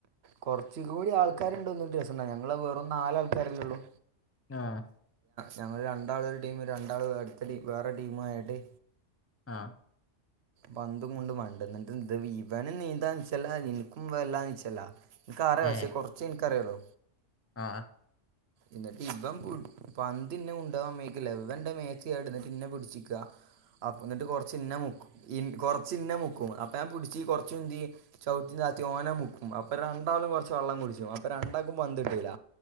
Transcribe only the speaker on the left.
ആഹ
ആഹ
ഏ
ആ